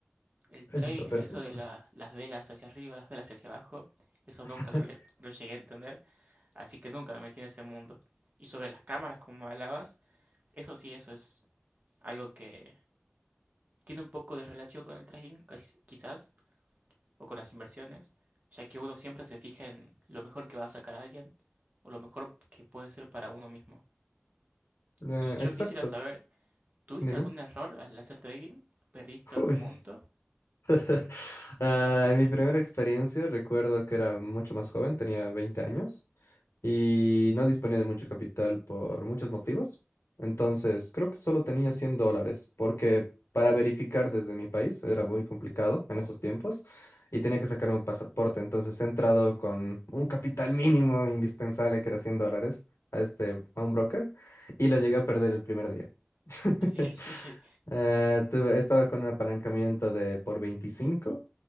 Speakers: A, on the right; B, on the left.
A: El trading,
B: Eso está perfecto.
A: eso de la- las velas hacia arriba, las velas hacia abajo, eso
B: <laughs>
A: nunca lo, le- lo llegué a entender, así que nunca me metí en ese mundo. Y sobre las cámaras, como hablabas, eso sí, eso es algo que tiene un poco de relación con el trading, quis- quizás, o con las inversiones, ya que uno siempre se fija en lo mejor que va a sacar a alguien o lo mejor que puede ser para uno mismo.
B: Eh,
A: Y yo
B: exacto.
A: quisiera saber, ¿tuviste
B: Dime.
A: algún error al hacer trading? ¿Perdiste
B: Uy.
A: algún monto?
B: <laughs> Ah, mi primera experiencia, recuerdo que era mucho más joven, tenía veinte años. y no disponía de mucho capital por muchos motivos. Entonces, creo que solo tenía 100 dólares, porque para verificar desde mi país era muy complicado en esos tiempos y tenía que sacar un pasaporte. Entonces, he entrado con un capital mínimo indispensable, que era 100 dólares, a este, a un broker y lo llegué a perder el primer día. <laughs>
A: <laughs> Sí,
B: Eh, tuve- estaba con un apalancamiento de por veinticinco